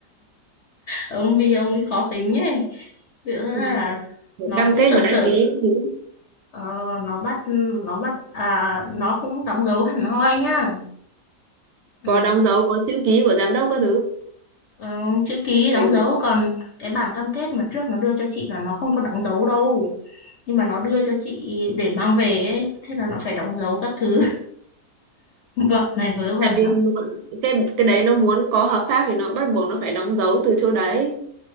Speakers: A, on the left; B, on the right.
A: ông Bi ông ấy khó tính ấy Vì thế là
B: Vâng. Một
A: nó
B: cam
A: cũng
B: kết
A: sợ
B: mà đã
A: sợ
B: ký các thứ
A: Ờ, nó bắt nó bắt à, nó cũng đóng dấu hẳn hoi nhá ừ.
B: có đóng dấu có chữ ký của giám đốc các thứ
A: ờ, chữ ký
B: đầy
A: đóng
B: đủ
A: dấu còn cái bản cam kết mà trước nó đưa cho chị là nó không có đóng dấu đâu nhưng mà nó đưa cho chị để mang về ấy thế là nó phải đóng dấu các thứ bọn này vớ vẩn
B: tại vì
A: lắm
B: muốn- cái cái đấy nó muốn có hợp pháp thì nó bắt buộc nó phải đóng dấu từ chỗ đấy